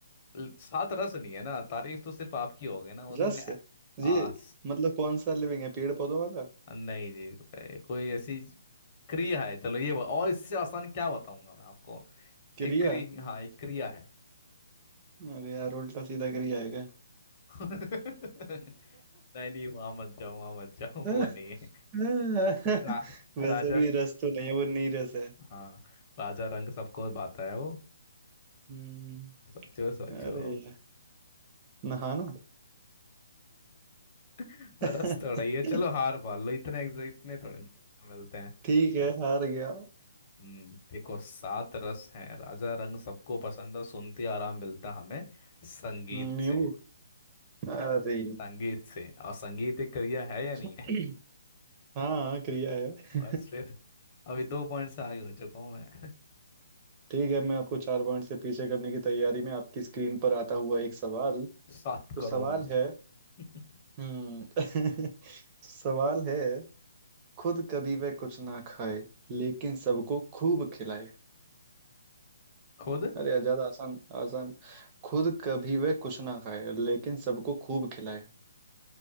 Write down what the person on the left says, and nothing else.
ल- सात रस नहीं है ना तारीफ तो सिर्फ आपकी होगी ना उसमें
हाँ
नहीं जी ए, कोई ऐसी क्रिया है चलो ये ब- और इससे आसान क्या बताऊंगा मैं आपको
एक क्रि हाँ एक क्रिया है
<laughs> नहीं नहीं वहां मत जाओ वहां मत जाओ
वो नहीं है
रा,
राजा
हाँ राजा रंग सबको भाता है वो
सोचो सोचो
<laughs>
रस थोड़ा ही है चलो हार मान लो इतने इतने थोड़े ना मिलते हैं
हम्म देखो सात रस हैं राजा रंग सबको पसंद है सुनते आराम मिलता हमें संगीत
से
संगीत से और संगीत एक करियर है या नहीं
है?
बस फिर अभी दो पॉइंट से आगे हो चुका हूँ मैं
<laughs> सात
करोड़
<laughs>
खुद